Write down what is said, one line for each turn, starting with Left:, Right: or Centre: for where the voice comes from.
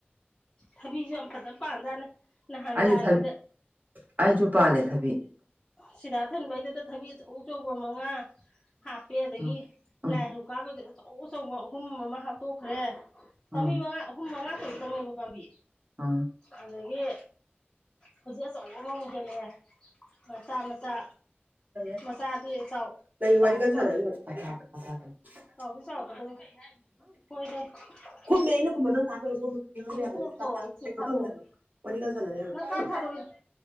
Left: ꯊꯕꯤꯁꯨ ꯌꯥꯝ ꯐꯖꯅ ꯄꯥꯟꯖꯥꯠꯅꯦ ꯅꯍꯥꯟ
Right: ꯑꯩꯁꯨ
Left: ꯂꯥꯏꯒꯤꯗ
Right: ꯊꯕꯤ ꯑꯩꯁꯨ ꯄꯥꯜꯂꯦ ꯊꯕꯤ
Left: ꯁꯤꯗꯥ ꯑꯊꯟꯕꯩꯗꯨꯗ ꯊꯕꯤ ꯑꯆꯧ ꯑꯆꯧꯕ ꯃꯉꯥ ꯍꯥꯞꯄꯦ ꯑꯗꯒꯤ
Right: ꯎꯝ ꯎꯝ
Left: ꯂꯥꯏ ꯍꯥꯏꯔꯨꯛ ꯀꯥꯕꯒꯤ ꯑꯆꯧ ꯑꯆꯧꯕ ꯑꯍꯨꯝ ꯑꯃ ꯍꯥꯞꯇꯣꯛꯈ꯭ꯔꯦ ꯄꯥꯝꯕꯤ
Right: ꯎꯝ
Left: ꯃꯉꯥ ꯑ ꯍꯨꯝ ꯃꯉꯥ ꯇꯔꯨꯛꯇꯅꯦꯕ ꯄꯥꯝꯕꯤ꯫
Right: ꯎꯝ꯫
Left: ꯑꯗꯒꯤ ꯍꯧꯖꯤꯛ ꯑꯆꯧꯕ ꯑꯃ ꯑꯃꯨꯛ ꯍꯦꯛꯂꯛꯑꯦ꯫ ꯃꯆꯥ ꯃꯆꯥ꯫
Right: <unintelligible>
Left: ꯃꯆꯥꯗꯤ ꯆꯥꯎ
Right: ꯂꯩ
Left: ꯆꯥꯎꯗꯤ
Right: ꯋꯥꯔꯤ ꯀꯟꯅ ꯁꯥꯅꯔꯤꯕ
Left: ꯆꯥꯎ
Right: <unintelligible>
Left: ꯆꯥꯎꯗꯤ ꯆꯥꯎꯔꯛꯀꯗꯕ ꯑꯩꯈꯣꯏ ꯃꯥꯖꯦ ꯀꯩ ꯍꯥꯏꯅꯣ ꯁꯤꯕꫭ ꯍꫭꯏꯍꯦ꯫
Right: ꯈꯨꯝꯃꯦ ꯑꯩꯅ ꯈꯨꯝꯃ ꯅꯪꯅ ꯇꯥꯗ꯭ꯔꯥꯒ ꯁꯦꯝꯗ ꯉꯥꯡꯕ ꯌꯥꯗꯔꯒ
Left: ꯄꯣꯔꯛꯊꯣꯔꯛꯑꯣ
Right: <unintelligible>
Left: ꯑꯩ ꯁꯤ
Right: ꯀꯩꯅꯣ
Left: ꯊꯥꯗꯣꯛꯑꯒꯦ
Right: ꯇꯧꯔꯤ ꯍꯥꯏꯕ ꯋꯥꯔꯤꯀꯥꯟꯅ ꯁꯥꯟꯅꯔꯦ ꯍꯥꯏꯕ
Left: ꯅꯪ ꯀꯥꯏ ꯊꯥꯗꯣꯛꯏ